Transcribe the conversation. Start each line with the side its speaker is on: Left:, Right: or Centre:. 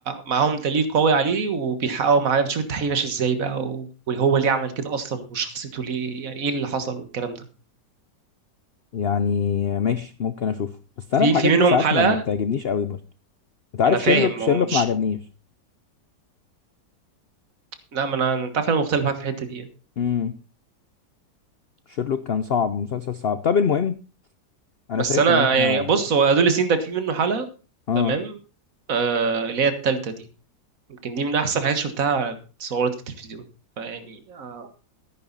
Right: معاهم دليل قوي عليه وبيحققوا معاه بتشوف التحقيق ماشي ازاي بقى و- وهو ليه عمل كده اصلا وشخصيته ليه يعني ايه اللي حصل والكلام ده
Left: يعني ماشي ممكن اشوفه بس
Right: في
Left: انا الحاجات
Right: في منهم
Left: دي ساعات
Right: حلقه
Left: ما, ما بتعجبنيش قوي برضه انت
Right: ما
Left: عارف
Right: انا فاهم
Left: شيرلوك شيرلوك
Right: هو مش
Left: ما عجبنيش
Right: لا ما انا انت عارف انا مختلف معاك في الحته دي يعني.
Left: امم شيرلوك كان صعب مسلسل صعب طب المهم انا
Right: بس
Left: شايف
Right: انا
Left: ان احنا
Right: يعني بص هو ادوليسين ده في منه حلقه
Left: اه
Right: تمام آه اللي هي التالتة دي يمكن دي من احسن حاجات شفتها اتصورت في التلفزيون فيعني آه،